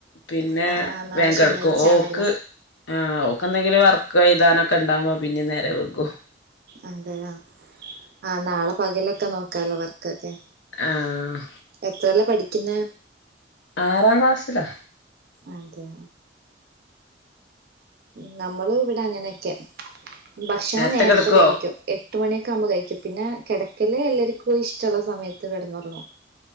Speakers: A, on the left (about 75°); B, on the right (about 60°).
A: പിന്നെ
B: ആ ആ നാളെ
A: വേഗം
B: ശനിയാഴ്ച
A: കെടക്കും ഓക്ക്
B: ആണല്ലോ
A: ആഹ് ഓക്കെന്തെങ്കിലും വർക്ക് എഴുതാനൊക്കെ ഉണ്ടാവുമ്പോ പിന്നെ നേരം വെഗും
B: അതെയോ ആഹ് നാളെ പകലൊക്കെ നോക്കാലോ വർക്കൊക്കെ
A: ആഹ്
B: എത്രയിലാ പഠിക്കുന്നെ
A: ആറാം ക്ലാസ്സിലാ
B: അതെയോ ഉം നമ്മളും ഇവിടെ അങ്ങനക്കെയാ ഭക്ഷണം
A: നേരത്തെ
B: നേരത്ത
A: കിടക്കുവോ
B: കഴിക്കും എട്ട് മണിയൊക്കെ ആകുമ്പോ കഴിക്കും പിന്നെ കിടക്കല് എല്ലാർക്കും ഇഷ്ടമുള്ള സമയത്ത് കെടന്ന് ഉറങ്ങും